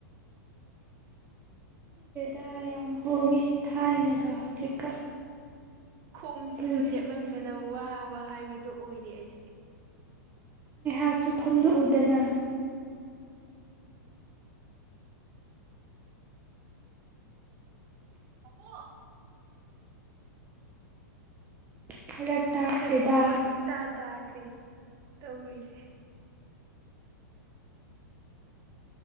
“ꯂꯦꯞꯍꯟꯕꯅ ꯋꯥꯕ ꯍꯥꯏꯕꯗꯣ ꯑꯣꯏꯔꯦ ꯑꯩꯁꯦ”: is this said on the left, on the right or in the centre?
Right